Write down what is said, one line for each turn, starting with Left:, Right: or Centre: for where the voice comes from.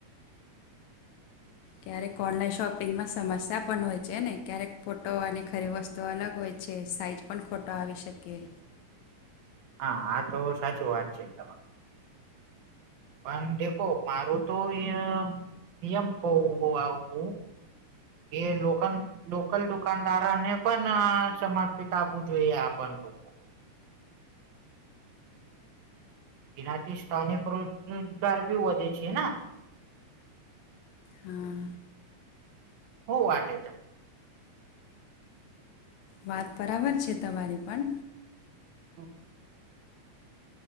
Left: ક્યારેક ઓનલાઈન શોપિંગમાં સમસ્યા પણ હોય છે ને ક્યારેક ફોટો અને ખરી વસ્તુઓ અલગ હોય છે સાઈઝ પણ ખોટા આવી શકે
Right: હા આ તો સાચી વાત છે તમારી પણ દેખો મારું તો એ નિયમ કઉ આવું એ લોકન લોકલ દુકાનદારોને પણ સમર્પિત આપવું જોઈએ આ પણ તો એનાથી સ્થાનિક રોજગાર ભી વધે છે ને
Left: હા.
Right: હું વાટે છે.
Left: વાત બરાબર છે તમારી પણ
Right: શું